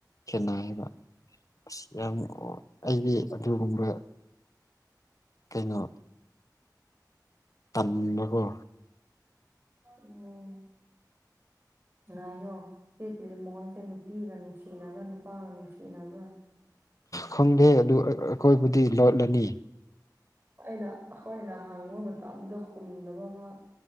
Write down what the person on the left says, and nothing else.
ꯈꯦꯠꯅꯩꯕ ꯑꯁ ꯌꯥꯝ ꯑꯩꯗꯤ ꯑꯗꯨꯒꯨꯝꯕ ꯀꯩꯅꯣ ꯇꯟꯕꯥꯒꯣ
ꯈꯪꯗꯦ ꯑꯗꯨ ꯑꯩꯈꯣꯏꯕꯨꯗꯤ ꯂꯣꯠꯂꯅꯤ